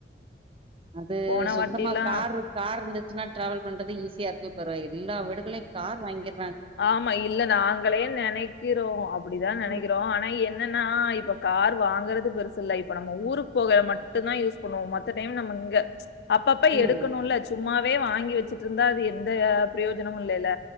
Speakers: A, on the right; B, on the left.
A: அது
B: போன
A: சொந்தமா
B: வாட்டில்லா
A: கார் கார் இருந்துச்சுனா ட்ராவல் பண்றது ஈஸியா இருக்கு தொர எல்லா வி டுகளை கார் வாங்கி
B: ஆமா இல்ல நாங்களே நெனைக்கிறோ அப்டிதா நெனைக்கிறோ
A: ம்,
B: ஆனா என்னன்னா இப்ப கார் வாங்குறது பெருசுல்ல இப்ப நம்ம ஊருக்கு போக மட்டுந்தா யூஸ் பண்ணுவோ மத்த டைம் நம்மங்க அப்பப்ப
A: ம்.
B: எடுக்கணுல்ல சும்மாவே வாங்கி வச்சு ட்ருந்தா அது எந்த பிரயோஜனமு இல்லெல்ல